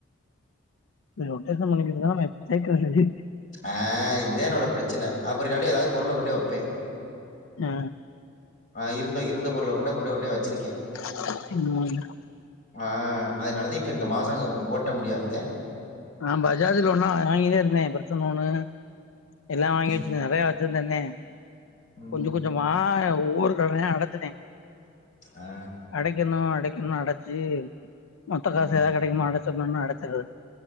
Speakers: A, on the left (about 75°); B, on the left (about 35°).
A: ரொட்டேஷன் பண்ணிக்கிட்ருந்தா நா எப்டி சேக்குறது
B: ஆ இதுதா என்னோட பிரச்சன அப்டி இல்லாட்டி ஏதாது பொருள கொண்டே வப்பே
A: ஆ,
B: ஆ இருந்த இருந்த பொருள கொண்ட கொண்ட கொண்டேயி வச்சிருக்கே
A: ம்
B: ஆ அதனால தா இப்ப இந்த மாச ஓட்ட முடியாது
A: நா பஜாஜ் லோன்லா வாங்கி தா இருந்தே அப்ற பர்ச லோனு எல்லா வாங்கி
B: ம்,
A: வச்சுருந்தே நெறையா வச்சிருந்தேந்தே
B: ம்,
A: கொஞ்ச கொஞ்சமா ஒவ்வொரு கடனையு அடச்சுட்டே
B: ஆ,
A: அட க்கணு அடக்கணு அடச்சு மொத்த
B: ஆ,
A: காசு எதா கெடைக்கும்போ அடைச்சிட்ணுன்னு அடைச்சிர்றது